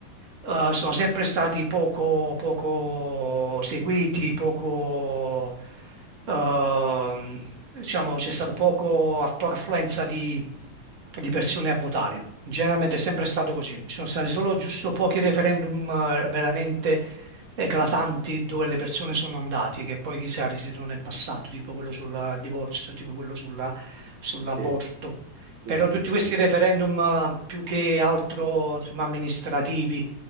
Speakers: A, on the right (about 35°); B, on the right (about 80°).
A: eh, sono sempre stati poco, poco seguiti, poco, ehm, diciamo, c'è stata poco, poca affluenza di di persone a votare. Generalmente è sempre stato così. Ci sono stati solo giusto pochi referendum eh, veramente eclatanti dove le persone sono andate, che poi chissà risiedono nel passato, tipo quello sul divorzio, tipo quello sulla- sull'aborto.
B: Eh, eh, sì,
A: Però
B: sì,
A: tutti
B: sì, sì.
A: questi referendum eh, più che altro insomma, amministrativi